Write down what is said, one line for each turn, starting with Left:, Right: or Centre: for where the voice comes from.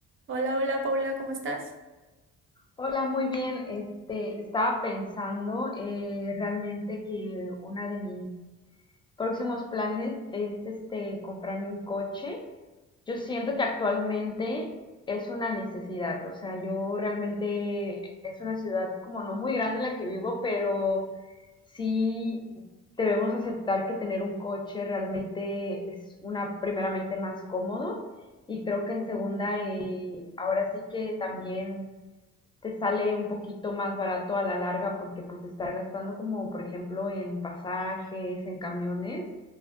Right: Hola, hola Paula, ¿cómo estás?
Left: Hola, muy bien. Este, estaba pensando eh, realmente que uno de mis próximos planes es este comprarme un coche. Yo siento que actualmente es una necesidad. O sea, yo realmente es una ciudad como no muy grande la que vivo, pero sí debemos aceptar que tener un coche realmente es una primeramente más cómodo y creo que en segunda eh, ahora sí que también te sale un poquito más barato a la larga porque pues estar gastando como por ejemplo en pasajes, en camiones,